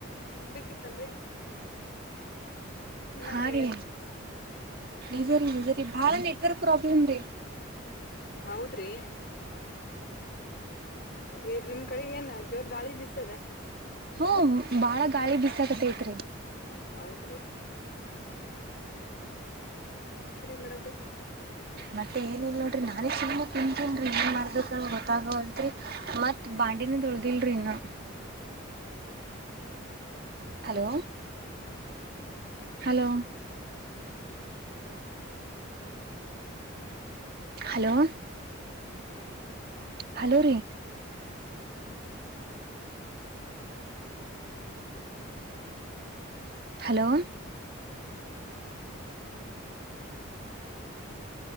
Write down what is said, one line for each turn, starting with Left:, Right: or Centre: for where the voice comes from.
Left: ಬೇಕಿತ್ತೇನ್ರೀ ನಂಗದೆ
Right: ಹಾ ರೀ ನಿಜರಿ ನಿಜರ್ ಬಾಳ ನೆಟ್ವರ್ಕ್ ಪ್ರಾಬ್ಲಮ ರೀ
Left: ಹೌದ್ರಿ ನಿ ನಿಮ್ಮ್ ಕಡೆ ಏನು ಜೋರ್ ಗಳಿ ಬಿಸ್ದ
Right: ಹ್ಮ ಬಾಳ ಗಾಳಿ ಬಿಸಾಕತ್ತ ಐತ್ರಿ
Left: ಹೌದ್ರಿ ಮೇಡಮ ರೀ
Right: ಮತ್ತೆ ಏನ ಇಲ್ ನೋಡ್ರಿ ನಾನೇ ಸುನೆ ಕುಂತೀನರಿ ಏನ್ ಮರ್ದ ಗೊತ್ತಾಗವಲ್ತ್ರಿ ಮತ್ ಬಾಂಡಿನ ತೊಳ್ದಿಲ್ರಿ ಇ ಹಲೋ ಹಲೋ ಹಲೋ ಹಲೋ ರೀ ಹಲೋ